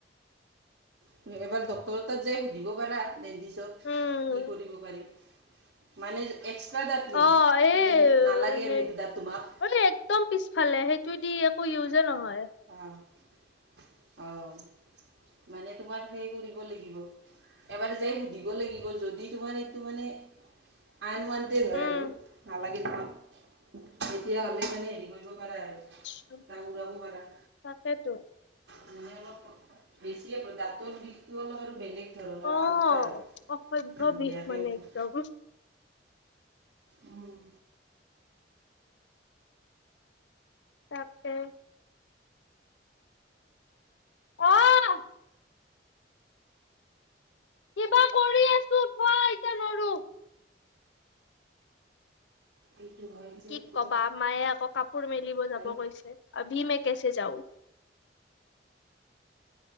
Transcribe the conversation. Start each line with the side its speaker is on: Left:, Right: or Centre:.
Right: তুমি এবাৰ ডক্টৰ যাই সুধিব পাৰা দেন্তিচক
Left: উম
Right: কি কৰিব পাৰি? মানে এক্সট্ৰা দাঁত নেকি
Left: অ এই
Right: মানে স নালাগে
Left: হে
Right: আৰু সেইটো দাঁত তোমাক।
Left: মানে একদম পিছফালে সেইটো দি একো ইউজে নহয়।
Right: অ ', অ ', মানে তোমাক সেই কৰিব লাগিব। এবাৰ যে সুধিব লাগিব যদি তোমাৰ এইটো মানে আনুৱন্ত হয়
Left: উম
Right: আৰু নালাগে। তেতিয়া হ'লে মানে হেৰি কৰিব পাৰা আৰু
Left: আচ্ছা,
Right: তাক উৰাব পাৰা।
Left: তাকেতো।
Right: মানে অলপ বেছিয়ে দাঁতৰ বিষটো অলপ আৰু বেলেগ। ধৰণৰ
Left: অ',
Right: আলট্ৰা হয় বহুত
Left: অসভ্য বিষ
Right: বেয়াকে
Left: মানে
Right: উঠি
Left: একদম
Right: উম,
Left: তাকে। অ', কিবা কৰি আছো। থোৱা এতিয়া নৰো
Right: এইটো হয়। যে
Left: কি
Right: পুৰা
Left: কবা মায়ে আকৌ কাপোৰ মেলিব যাব
Right: আৰু
Left: কৈছে আৰু আভী মে কেছে যাও।